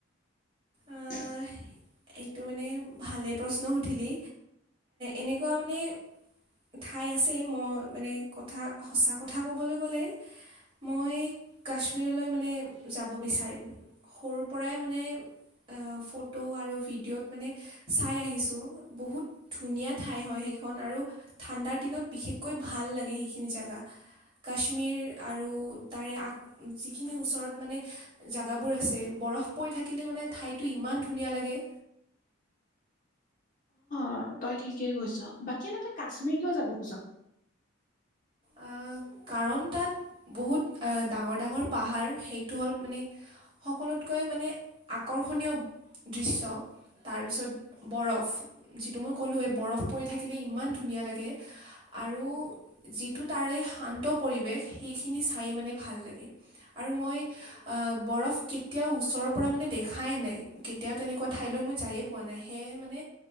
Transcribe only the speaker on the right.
আহ,
এইটো মানে ভালে প্ৰশ্ন সুধিলি এনেকুৱা মানে ঠাই আছে মই মানে কথা সঁচা কথা ক'বলৈ গ'লে মই কাশ্মীৰলৈ মানে যাব বিচাৰিম, সৰুৰ পৰাই মানে এ ফটো আৰু ভিডিঅ'ত মানে চাই আহিছোঁ বহুত ধুনীয়া ঠাই হয় সেইখন আৰু ঠাণ্ডাৰ দিনত বিশেষকৈ ভাল লাগে সেইখিনি জেগা কাশ্মীৰ আৰু তাৰে আশ যিখিনি ওচৰত মানে জেগাবোৰ আছে বৰফ পৰি থাকিলে মানে ঠাইটো ইমান ধুনীয়া লাগে।
আ কাৰণ তাত বহুত ডাঙৰ ডাঙৰ পাহাৰ সেইটো হ'ল মানে সকলোতকৈ মানে আকৰ্ষণীয় দৃশ্য তাৰপিছত বৰফ যিটো মই ক'লোৱেই বৰফ পৰি থাকিলে ইমান ধুনীয়া লাগে। আৰু যিটো তাৰে শান্ত পৰিৱেশ সেইখিনি চাই মানে ভাল লাগে আৰু মই আ বৰফ কেতিয়াও ওচৰৰ পৰা মানে দেখাই নাই কেতিয়াও তেনেকোৱা ঠাইলৈ মই যাইয়ে পোৱা নাই সে মানে